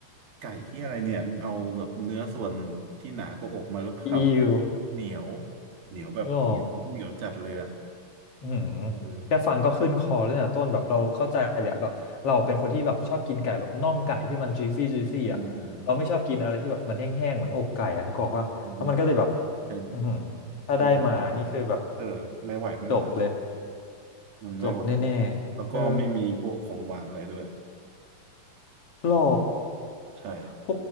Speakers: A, on the right (about 75°); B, on the left (about 40°).
A: ไก่ที่อะไรเนี่ยมึงเอาแบบเนื้อส่วนที่หนากว่าอกมาหรือเปล่า
B: อิว
A: เหนียวเหนียวแบบเหนียวเหนียวจัดเลยอะ
B: หรอ อืม
A: เออ
B: แค่ฟังก็ขึ้นคอแล้วเนี่ยต้นแบบเราเข้าใจเลยอะแบบเราเป็นคนที่แบบชอบกินไก่แบบน่องไก่ที่มัน juicy juicy
A: อืม
B: อ่ะเราไม่ชอบกินอะไรที่แบบมันแห้งๆเหมือนอกไก่อ่ะนึกออกว่าแล้วมันก็เลยแบบ
A: อืม เส้น
B: อืมถ้าได้มานี่คือแบบ
A: เส้นบิดบางเออไม่ไหวไม่ไหว
B: จบเลย
A: มันไม่ไหว
B: จบแน่ๆเออ
A: แล้วก็ไม่มีพวกของหวานอะไรด้วย
B: หรอ
A: ใช่
B: โห